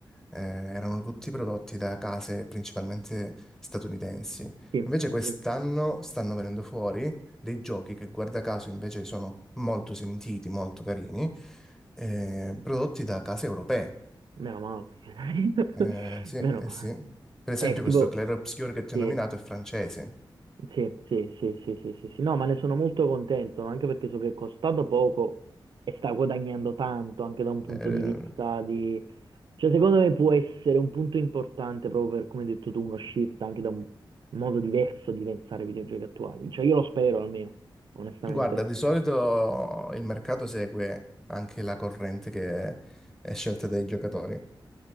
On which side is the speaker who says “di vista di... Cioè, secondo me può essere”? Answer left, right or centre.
Right